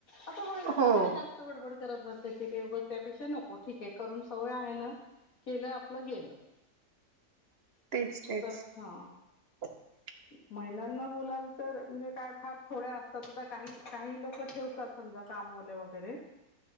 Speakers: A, on the left; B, on the right.
A: आता बोललं आता
B: हो
A: काय जास्त बडबड करत बसायची, ते उग त्यापेक्षा नको. ठीक ते करून सवय आहे ना, केलं आपलं गेलं.
B: तेच तेच
A: असं हा.
B: <unintelligible>
A: महिलांना बोलाल तर म्हणजे काय फार थोड्या असतातच, काही काही लोकं ठेवतात स कामवाल्या वगैरे.